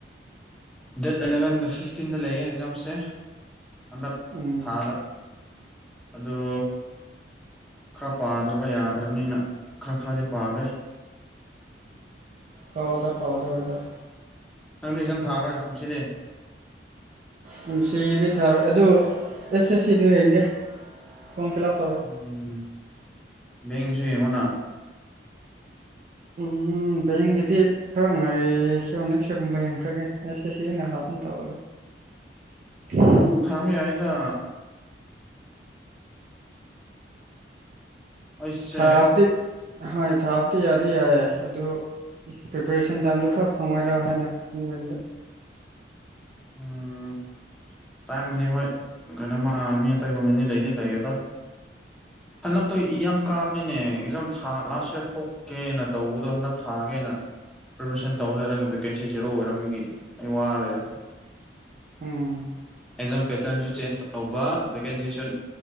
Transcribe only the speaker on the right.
ꯎꯝ
ꯄꯥꯎꯗ ꯄꯥꯎꯗꯧꯔꯤꯗ
ꯀꯨꯝꯁꯤꯗꯤ ꯊꯥꯔꯣꯏ ꯑꯗꯨ ꯑꯦꯁ ꯑꯦꯁ ꯁꯤꯗꯨ ꯍꯦꯟꯒꯦ ꯐꯣꯝ ꯐꯤꯜꯑꯞ
ꯎꯝ ꯕꯦꯡꯒꯤꯗꯤ ꯈꯔ ꯉꯥꯏꯈ꯭ꯔꯤꯌꯣꯅ ꯁꯤꯒꯨꯝꯕ ꯌ‌ꯦꯡꯈ꯭ꯔꯒꯦ ꯑꯦꯁ ꯑꯦꯁ ꯁꯤꯅ ꯍꯥꯟꯕꯒꯨꯝ ꯇꯧꯋꯦꯕ <unintelligible>
ꯊꯥꯕꯗꯤ ꯍꯣꯏ ꯊꯥꯕꯗꯤ ꯌꯥꯗꯤ ꯌꯥꯏꯌꯦ ꯑꯗꯨ ꯄ꯭ꯔꯤꯄꯦꯔꯦꯁꯟ ꯇꯥꯏꯝꯗꯣ ꯈꯔ ꯐꯪꯉꯣꯏꯗ꯭ꯔꯥ ꯍꯥꯏꯅ ꯈꯟꯕꯅꯤꯗ
ꯎꯝ